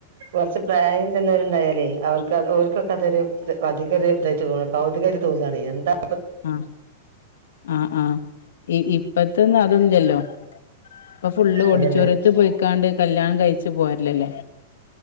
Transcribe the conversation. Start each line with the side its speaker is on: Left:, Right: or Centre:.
Right: കൊറ്ച്ച് പ്രായം ചെന്നവരുണ്ടായാലേ അവർക്ക് അത് ഓല്കൊക്കെ അതൊരു ഇത് അധിക ഒര് ഇതായിട്ട് തോണ കൗതുകത് തോന്നാണെ എന്താപ്
Left: അഹ് ആഹ് ആഹ് ഇ ഇപ്പത്തെ അതൊന്നില്ലല്ലോ. ഇപ്പോ ഫുള്ള് ഓഡിറ്റോറിയത്ത്
Right: അതന്നെ
Left: പോയിക്കാണ്ട് കല്യാണം കഴിച് പോര്ലല്ലേ